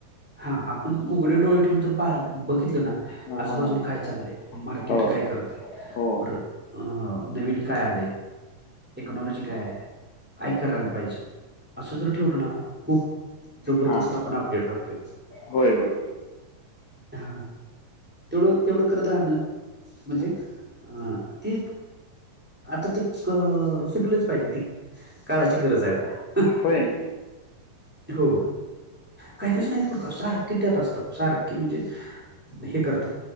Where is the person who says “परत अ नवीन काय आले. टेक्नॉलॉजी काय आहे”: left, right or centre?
Centre